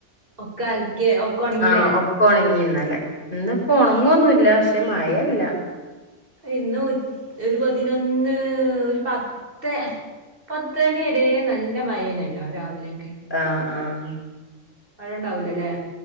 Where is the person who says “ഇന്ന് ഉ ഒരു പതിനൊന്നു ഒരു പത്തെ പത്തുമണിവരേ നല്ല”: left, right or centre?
Right